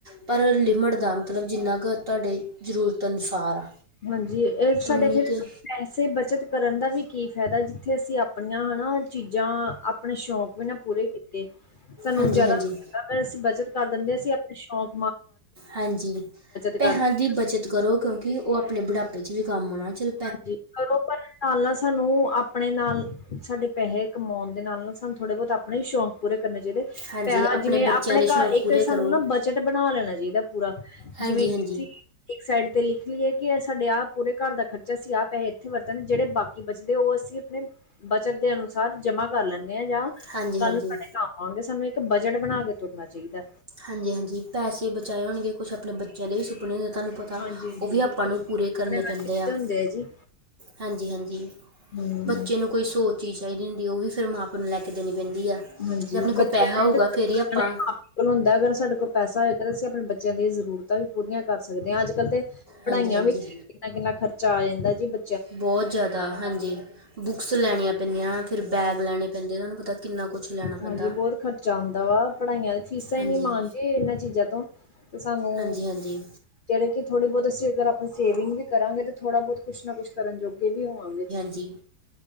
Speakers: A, on the right; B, on the left.
A: ਪਰ ਲਿਮਟ ਦਾ, ਮਤਲਬ ਜਿੰਨਾ ਕ ਤੁਹਾਡੇ ਜ਼ਰੂਰਤ ਅਨੁਸਾਰ।
B: ਹਾਂਜੀ, ਇਹ
A: ਉਨੀ
B: ਸਾਡੇ ਫਿਰ
A: ਕੁ
B: ਪੈਸੇ ਬਚਤ ਕਰਨ ਦਾ ਵੀ ਕੀ ਫੈਦਾ ਜੇ ਜਿੱਥੇ ਅਸੀਂ ਆਪਣੀਆਂ ਹਨਾ ਚੀਜ਼ਾਂ ਆਪਣੇ ਸ਼ੌਂਕ ਵੀ ਨਾ ਪੂਰੇ ਕੀਤੇ, ਸਾਨੂੰ
A: ਹਾਂਜੀ
B: ਜਿਆਦਾ
A: ਹਾਂਜੀ
B: ਅਸੀਂ ਬੱਚਤ ਕਰ ਦਿੰਦੇ, ਅਸੀਂ ਆਪਣੇ ਸ਼ੌਕ
A: ਹਾਂਜੀ,
B: ਕਰਦੇ
A: ਪੈਹਿਆਂ ਦੀ ਬੱਚਤ ਕਰੋ, ਕਿਉਂਕਿ ਉਹ ਆਪਣੇ ਬੁਢਾਪੇ ਚ ਵੀ ਕੰਮ ਆਣਾ ਚੱਲ।
B: ਹਾਂਜੀ, ਕਰੋ ਪਰ ਨਾਲ-ਨਾਲ ਅਸੀਂ ਸਾਨੂੰ ਆਪਣੇ ਨਾਲ ਸਾਡੇ ਪੈਸੇ ਕਮਾਉਣ ਦੇ ਨਾਲ -ਨਾਲ ਸਾਨੂੰ ਥੋੜੇ ਬਹੁਤ ਆਪਣੇ ਸ਼ੌਂਕ ਪੂਰੇ ਕਰਨੇ ਚਾਹੀਦੇ
A: ਹਾਂਜੀ
B: ਪੈਹਾ ਜਿਵੇਂ
A: ਬੱਚਿਆਂ
B: ਆਪਣੇ
A: ਦੇ ਸ਼ੌਂਕ
B: ਘਰ ਇੱਕ
A: ਪੂਰੇ ਕਰੋ
B: ਸਾਨੂੰ ਨਾ ਬਜਟ ਬਣਾ ਲੈਣਾ ਚਾਹੀਦਾ ਪੂਰਾ ਜਿਵੇਂ
A: ਹਾਂਜੀ
B: ਕਿਸੀਂ
A: ਹਾਂਜੀ
B: ਇੱਕ ਸਾਈਡ ਤੇ ਲਿਖ ਲਈਏ ਕਿ ਸਾਡੇ ਆਪ ਪੂਰੇ ਘਰ ਦਾ ਖਰਚਾ ਅਸੀਂ ਆਹ ਪੈਹੈ ਇੱਥੇ ਵਰਤਦੇ ਜਿਹੜੇ ਬਾਕੀ ਬਚਦੇ ਉਹ ਅਸੀਂ ਆਪਣੇ ਬੱਚਤ ਦੇ ਅਨੁਸਾਰ ਜਮਾ ਕਰ ਲੈਂਦੇ ਹਾਂ ਜਾਂ
A: ਹਾਂਜੀ
B: ਕੱਲ
A: ਹਾਂਜੀ
B: ਨੂੰ ਸਾਡੇ ਕੰਮ ਆਉਣਗੇ ਸਾਨੂੰ ਇੱਕ ਬਜਟ ਬਣਾ ਕੇ ਤੁਰਨਾ ਚਾਹੀਦਾ
A: ਹਾਂਜੀ -ਹਾਂਜੀ ਪੈਸੇ ਬਚਾਏ ਹੋਣਗੇ ਕੁਛ ਆਪਣੇ ਬੱਚਿਆਂ ਦੇ ਵੀ ਸੁਪਨੇ ਤਾਨੂੰ ਪਤਾ
B: ਹਾਂਜੀ ਹਾਂਜੀ
A: ਉਹ ਵੀ ਆਪਾਂ
B: ਬਿਲਕੁਲ
A: ਨੂੰ ਪੂਰੇ
B: ਆਪਣੇ
A: ਕਰਨੇ
B: ਹਰ
A: ਪੈਂਦੇ
B: ਕਿਸੇ
A: ਆ
B: ਦੇ ਹੁੰਦੇ ਜੀ
A: ਹਾਂਜੀ -ਹਾਂਜੀ
B: ਹਮ
A: ਬੱਚੇ ਨੂੰ ਕੋਈ ਸੋਚ ਚੀਜ਼ ਚਾਹਿਦੀ ਹੁੰਦੀ ਹ ਓਹ ਵੀ ਮਾਂ ਪਿਓ ਨੂੰ ਲੈ ਕੇ ਦੇਣੀ ਪੈਂਦੀ ਹ
B: ਹਾਂਜੀ
A: ਜੇ ਆਪਣੇ ਕੋਲ
B: ਬੱਚਿਆਂ
A: ਪੈਹਾ ਹੋਉਗਾ
B: ਦਾ
A: ਫੇਰ ਹੀ ਆਪਾਂ
B: <unintelligible> ਹੁੰਦਾ ਅਗਰ ਸਾਡੇ ਕੋਲ ਪੈਸਾ ਹੋਏਗਾ ਤਾਂ ਅਸੀਂ ਆਪਣੇ ਬੱਚਿਆਂ ਦੀਆਂ ਜ਼ਰੂਰਤਾਂ ਵੀ ਪੂਰੀਆਂ ਕਰ ਸਕਦੇ ਹਾਂ ਅੱਜ ਕੱਲ੍ਹ ਤੇ ਪੜ੍ਹਾਈਆਂ
A: ਹਾਂਜੀ ਹਾਂਜੀ
B: ਵਿੱਚ ਈ ਕਿੰਨਾ -ਕਿੰਨਾ ਖਰਚਾ ਆ ਜਾਂਦਾ ਜੀ ਬ
A: ਬਹੁਤ ਜ਼ਿਆਦਾ ਹਾਂਜੀ ਬੁੱਕਸ ਲੈਣੀਆਂ ਪੈਂਦੀਆਂ ਫਿਰ ਬੈਗ ਲੈਣੇ ਪੈਂਦੇ ਤੁਹਾਨੂੰ ਪਤਾ ਕਿੰਨਾ ਕੁਛ ਲੈਣਾ ਪੈਂਦਾ
B: ਹਾਂਜੀ ਬਹੁਤ ਖਰਚਾ ਆਉਂਦਾ ਵਾ ਪੜ੍ਹਾਈਆਂ ਫੀਸਾਂ
A: ਹਾਂਜੀ
B: ਹੀ ਨਹੀਂ ਮਾਣ ਜੇ ਇਹਨਾਂ ਚੀਜ਼ਾਂ ਤੋਂ ਤੇ ਸਾਨੂੰ
A: ਹਾਂਜੀ -ਹਾਂਜੀ
B: ਜਿਹੜੇ ਕਿ ਥੋੜੀ ਬਹੁਤ ਅਸੀਂ ਅਰ ਆਪ ਸੇਵਿੰਗ ਵੀ ਕਰਾਂਗੇ ਤੇ ਥੋੜਾ ਬਹੁਤ ਕੁੱਛ ਨਾ ਕੁਛ ਕਰਨ ਜੋਗੇ ਵੀ ਹੋਵਾਂਗੇ
A: ਜੀ